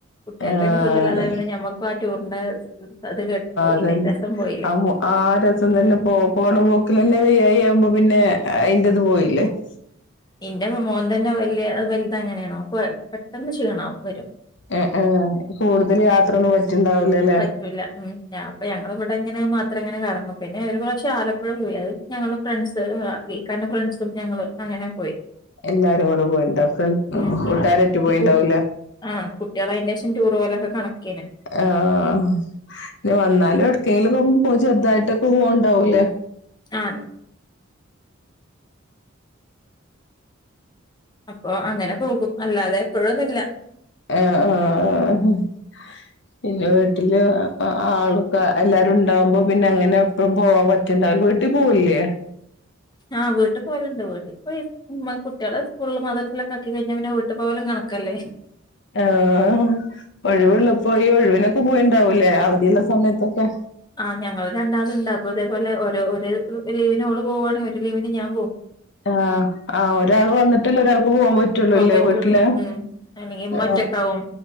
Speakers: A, on the left; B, on the left.
A: കുട്ടിയേക്കെന്നെ
B: അതന്നെ
A: സുഖല്ലാതായ പിന്നെ ഞമ്മക്കും ആ ടൂറിന്റെ അത് കേ പോയില്ലെ
B: അതന്നെ
A: രസം പോയില്ലെ
B: ആ ആഹ് ആ രസം തന്നെ പോ പോണ പോക്കിലന്നെ വൈയായിക ആവുമ്പ പിന്നെ അയിന്റിത് പോയില്ലെ <inaudible>
A: ഇന്റെ മോൻ തന്നെ വല്യ വലുതങ്ങനെയാണ് ഓൻ പെട്ടെന്ന് ക്ഷീണാവും വരും
B: ഏഹ് ഏഹ് കൂടുതൽ യാത്രൊന്നും പ റ്റുണ്ടാവൂലല്ലെ
A: പറ്റൂല്ല ഉം ഞാപ്പ ഞങ്ങളിവിടങ്ങനെ അത്രങ്ങനെ കറങ്ങും പിന്നെ ഒരു പ്രാവിശെ ആലപ്പുഴ പോയി അത് ഞങ്ങള് ഫ്രണ്ട്സ് ഇക്കാന്റെ ഫ്രണ്ട്സും ഞങ്ങള് അങ്ങനെ പോയി
B: എല്ലാരും കൂടെ പോയിണ്ടാക്കും
A: ഉം
B: കൂട്ടാരാറ്റ് പോയിണ്ടാവൂല്ലെ
A: ഈ കു ആഹ് കുട്ടികളായേന്റേഷം ടൂർ പോലൊക്കെ കണക്കേയ്നു
B: ആഹ് ആഹ് ആഹ് എന്നാലും എട്ക്കെങ്കിലൊന്ന് പോയി ചെറുതായിട്ടൊക്കെ പോവണ്ടാവൂല്ലേ
A: ആഹ് അപ്പൊ അങ്ങനെ പോകും അല്ലാതെ എപ്പോഴൊന്നുല്ല
B: ആഹ് ആഹ് ആഹ് ഉം പിന്നെ വീട്ടില് ആളുക്കെ എല്ലാരും ഉണ്ടാവുമ്പൊ പിന്നെ അങ്ങനെ എപ്പളും പോവാൻ പറ്റ റ്റുണ്ടാലു വീട്ടി പോവൂല്ലെ
A: ആഹ് വീട്ടി പോവലിണ്ട് വീട്ട്ല് ഇപ്പൊ കുട്ടികളെ സ്കൂളിലും മദ്രസലിലൊക്കെ ആക്കി കഴിഞ്ഞ പിന്നെ വീട്ട് പോവലും കണക്കല്ലേ
B: ആഹ് ഒഴിവുള്ളപ്പോ ഈ ഒഴുവിനൊക്കെ പോയിണ്ടാവൂല്ലേ അവധിയുള്ള സമയത്തൊക്കെ
A: ആഹ് ഞങ്ങൾ രണ്ടാള്ണ്ട് അപ്പൊ ഇതേ പോലെ ഓരോ ഒരു ലീവിനോള് പോവാണെങ്കി ഒരു ലീവിന് ഞാൻ പോവും
B: ആഹ് ആഹ് ഒരാൾ വന്നിട്ടില്ലെ ഒരാൾക്ക് പോവാൻ പറ്റുള്ളുല്ലേ
A: പോവാൻ പറ്റുള്ളൂ
B: വീട്ടില്
A: ഉം അല്ലെങ്കി ഇമ്മ
B: ആഹ്
A: ഒറ്റക്കാവും